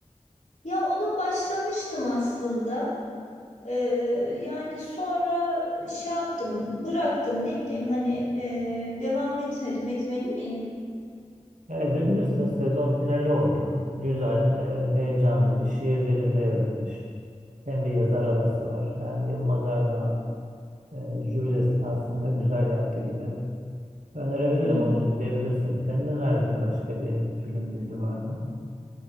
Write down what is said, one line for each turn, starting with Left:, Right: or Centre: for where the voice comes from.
Left: Ya ona başlamıştım aslında. E, yani sonra şey yaptım, bıraktım ne bileyim hani e, devam etmedim. Etmeli miyim?
Right: E, edebilirsin sezon finali oldu. Güzel, e, heyecanlı bir şiir dilinde yazılmış. Hem bir yazar havası var. Yani Yılmaz Erdoğan e, jübilesini aslında güzel yaptı gibi. Önerebilirim
Left: Hmm.
Right: onu izleyebilirsin. Senin önerdiğin başka bir film dizi var mı?